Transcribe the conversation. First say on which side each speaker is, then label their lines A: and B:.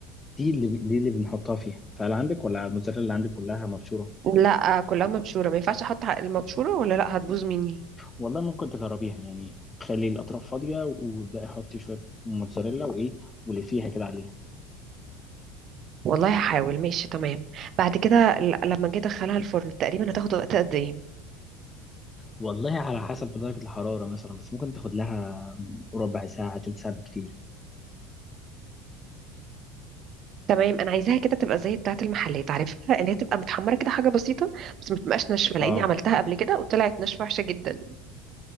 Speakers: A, on the left (about 20°); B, on the right (about 45°).
A: دي اللي دي اللي بنحطها فيها فهل عندك ولا الموتزاريلا اللي عندك كلها مبشوره
B: لا كلها مبشوره ما ينفعش احط المبشوره ولا لا هتبوظ مني
A: والله ممكن تجربيها يعني خلي الاطراف فاضيه وابداي حطي شويه موتزاريلا وايه واللي فيها كده عليها
B: والله هحاول ماشي تمام بعد كده ل- لما جيت ادخلها الفرن تقريبا هتاخد وقت قد ايه
A: والله على حسب درجه الحراره مثلا بس ممكن تاخد لها ربع ساعه تلت ساعه بالكتير
B: تمام انا عايزاها كده تبقى زي بتاعه المحلات عارفها اللي هي تبقى متحمره كده حاجه بسيطه بس ما تبقاش ناشفه لاني
A: اه
B: عملتها قبل كده وطلعت ناشفه وحشه جدا